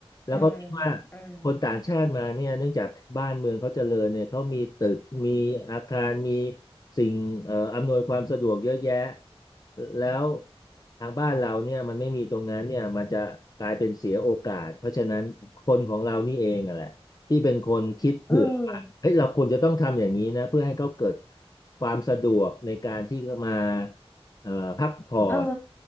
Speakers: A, on the left; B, on the left.
A: แล้วก็คิดว่า
B: อืมอืม
A: คนต่างชาติมาเนี่ยเนื่องจากบ้านเมืองเขาเจริญเนี่ยเขามีตึกมีอาคารมีสิ่งเอ่ออำนวยความสะดวกเยอะแยะแล้วทางบ้านเราเนี่ยมันไม่มีตรงนั้นเนี่ยมันจะกลายเป็นเสียโอกาส เพราะฉะนั้นคนของเรานี่เองอะแหละที่เป็นคนคิดเผื่อว่าเฮ้ยเราควรจะต้องทำอย่างนี้นะเพื่อให้เขาเกิด
B: เออ
A: ความสะดวกในการที่จะมาเอ่อพักผ่อน
B: เออ